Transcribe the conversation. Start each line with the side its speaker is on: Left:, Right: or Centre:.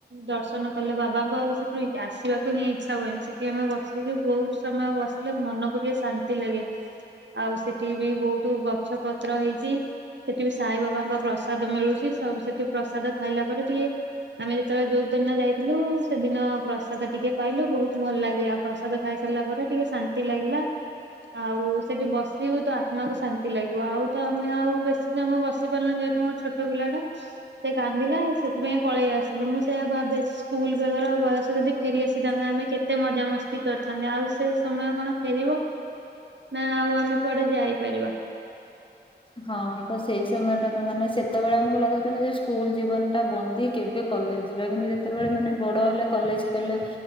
Right: ଦର୍ଶନ କଲେ ବାବାଙ୍କୁ ଆଉ ସେଠୁ ଆସିବାକୁ ହିଁ ଇଚ୍ଛା ହୁଏନି ।ସେଠି ଆମେ ବସି ସେ ବହୁତ ସମୟ ବସିଲେ ମନକୁ ଟିକେ ଶାନ୍ତି ଲାଗେ। ଆଉ ସେଠି ବି ବହୁତ ଗଛ ପତ୍ର ହେଇଛି ସେଠି ବି ସାଇ ବାବାଙ୍କ ପ୍ରସାଦ ମିଳୁଛି। ସେଠି ପ୍ରସାଦ ଖାଇଲା ପରେ ଟିକେ ଆମେ ଯେତେବେଳେ ଯୋଉଦିନ ଯାଇଥିଲୁ ସେଦିନ ପ୍ରସାଦ ଟିକେ ପାଇଲୁ ବହୁତ ଭଲ ଲାଗିଲା। ପ୍ରସାଦ ଖାଇ ସାରିଲା ପରେ ଟିକେ ଶାନ୍ତି ଲାଗିଲା ।ଆଉ ସେଠି ବସିବୁ ତ ଆତ୍ମାକୁ ଶାନ୍ତି ଲାଗିବ ଆଉ ତ ଆମେ ଆଉ ବେଶୀ ସମୟ ପାରିଲ ଯେହେତୁ ମୋର ଛୋଟ ପିଲା ଟା ସେ କାନ୍ଦିଲା ସେଥିପାଇଁ ପଳେଇ ଆସିଲୁ। ମୁଁ ସେଇଆ ଭାବେ ସ୍କୁଲ ବେଳର ବୟସ ଯଦି ଫେରିଆସିଥାନ୍ତା ଆମେ କେତେ ମଜା ମସ୍ତି କରିଥାନ୍ତେ ଆଉ ସେ ସମୟ କଣ ଫେରିବ। ନା ଆଉ ଆମେ କୁଆଡେ ଯାଇପାରିବା।
Left: ହଁ ତ ସେଇ ସମୟ ଟା ତ ମାନେ ସେତେବେଳେ ଆମକୁ ଲାଗୁଥିଲା ସ୍କୁଲ ଜୀବନ ଟା ବନ୍ଦି କେବେ କଲେଜ ଯିବା କିନ୍ତୁ ଯେତେବେଳେ ମାନେ ବଡ଼ ହେଲେ କଲେଜ କଲେ